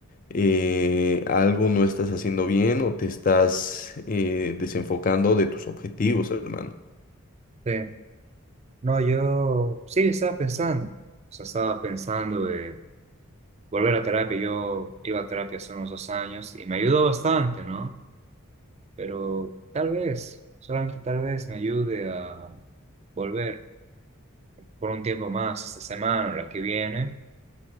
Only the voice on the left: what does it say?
eh, algo no estás haciendo bien o te estás eh, desenfocando de tus objetivos, hermano.